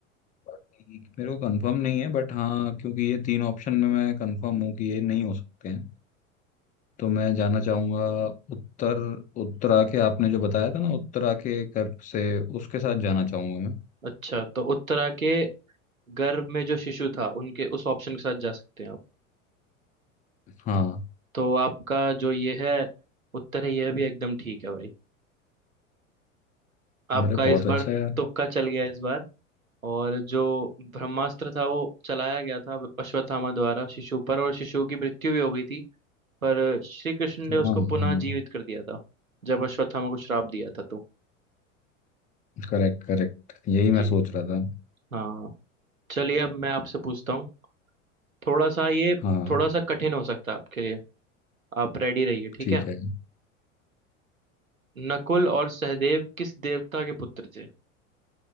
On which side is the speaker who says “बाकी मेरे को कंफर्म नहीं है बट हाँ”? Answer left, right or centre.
Left